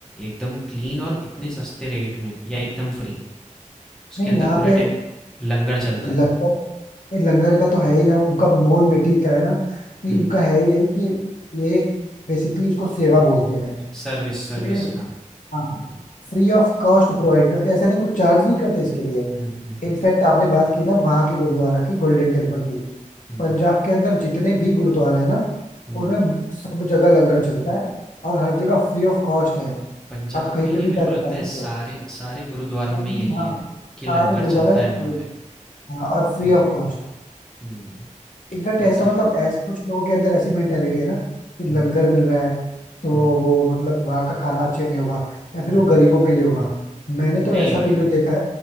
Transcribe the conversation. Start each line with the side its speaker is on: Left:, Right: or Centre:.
Centre: एकदम क्लीन और इतने सस्ते रेट में या एकदम फ्री उसके
Left: नहीं
Centre: अंदर
Left: यहाँ
Centre: पूरे
Left: पे
Centre: टाइम लंगर चलता
Left: लंगर
Centre: है
Left: ये लंगर का तो है ही ना उनका मोन मोटिव क्या है ना कि
Centre: हम्म
Left: उनका है ही यही कि ये बेसिकली उसको सेवा बोलते हैं
Centre: सर्विस
Left: तो
Centre: सर्विस
Left: ये
Centre: हाँ हम्म
Left: हाँ फ्री ऑफ कॉस्ट प्रोवाइड करते हैं ऐसा नहीं कुछ चार्ज नहीं करते इसके लिए
Centre: हम्म हम्म हम्म
Left: इनफैक्ट आपने बात की ना वहाँ के गुरुद्वारा की गोल्डन टेम्पल की
Centre: हम्म
Left: पंजाब के अंदर जितने भी गुरुद्वारा है ना
Centre: हम्म
Left: उनमें सब जगह लंगर चलता है और हर जगह फ्री ऑफ कॉस्ट है
Centre: पंजाब
Left: आप कहीं
Centre: में ही
Left: पे
Centre: नहीं
Left: भी
Centre: मेरे
Left: जाके
Centre: को लगता
Left: खा सकते
Centre: है सारे
Left: हो
Centre: सारे गुरुद्वारों
Left: हाँ
Centre: में यही है कि लंगर
Left: सारे गुरुद्वारे
Centre: चलता
Left: में
Centre: है
Left: free
Centre: वहाँ
Left: है।
Centre: पे
Left: हाँ और फ्री
Centre: हम्म
Left: ऑफ कॉस्ट
Centre: हम्म
Left: इनफैक्ट
Centre: ये
Left: ऐसा
Centre: तो
Left: मतलब
Centre: है
Left: ऐसा कुछ लोगों के अंदर ऐसी मेंटेलिटी है ना कि
Centre: हम्म
Left: लंगर मिल रहा है तो
Centre: हम्म
Left: वो मतलब वहाँ का खाना अच्छा नहीं होगा या फिर
Centre: हम्म
Left: वो
Centre: हम्म।
Left: गरीबों के लिए होगा मैंने तो
Centre: नहीं
Left: ऐसा
Centre: भाई
Left: भी लोग देखा है